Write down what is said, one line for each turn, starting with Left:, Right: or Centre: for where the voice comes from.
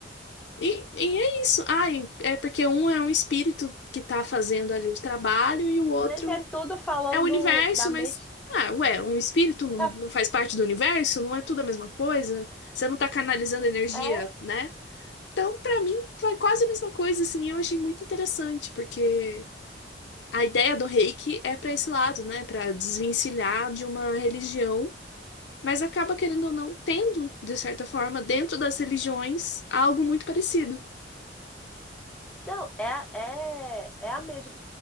Left: E, e é isso. Ai, é porque um é um espírito que tá fazendo ali o trabalho e o outro
Centre: Mas é tudo falando
Left: é o universo,
Centre: da
Left: mas.
Centre: mesma.
Left: Ah, ué, um espírito não
Centre: tá-
Left: não faz parte do universo? Não é tudo a mesma coisa? Você não tá canalizando energia,
Centre: É,
Left: né? Então, pra mim, foi quase a mesma coisa, assim, eu achei muito interessante, porque a ideia do Reiki é pra esse lado, né, Pra desvencilhar de uma religião, mas acaba querendo ou não tendo, de certa forma, dentro das religiões, algo muito parecido.
Centre: não, é, é, é a mesma.